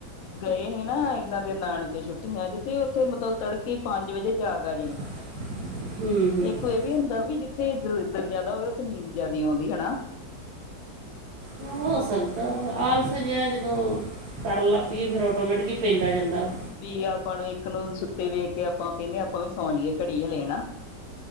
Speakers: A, on the left (about 70°); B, on the right (about 70°).
A: ਗਏ ਹੀ ਨਾ ਐਨਾਂ ਦੇ ਨਾਨਕੇ ਛੁੱਟੀਆਂ ਚ ਤੇ ਉੱਥੇ ਮਤਲਬ ਤੜਕੇ ਪੰਜ ਵਜੇ ਜਾਗ ਆ ਜਾਣੀ।
B: <inaudible> ਹੂੰ ਹੂੰ
A: ਇੱਕ ਏ ਵੀ ਹੁੰਦਾ ਵੀ ਜਿੱਥੇ ਦਲੀਦਰ ਜਿਆਦਾ ਹੋਵੇ ਉਥੇ ਨੀਂਦ ਜਿਆਦਾ ਆਉਂਦੀ ਹੈਨਾ?
B: ਹੋ ਸਕਦਾ, ਆਲਸ ਜਿਹਾ ਜਦੋਂ ਕਰਨ ਲੱਗ ਪਈਏ ਫਿਰ ਆਟੋਮੈਟਿਕ ਹੀ ਪੈਂਦਾ ਜਾਂਦਾ ਵਾ।
A: ਵੀ ਆਪਾਂ ਨੂੰ ਇੱਕ ਨੂੰ ਸੁੱਤੇ ਵੇਖ ਕੇ ਆਪਾਂ ਕੈਂਨੇ ਆਪਾਂ ਵੀ ਸੌਂ ਜੀਏ ਘੜੀ ਹਲੇ ਹਨਾ।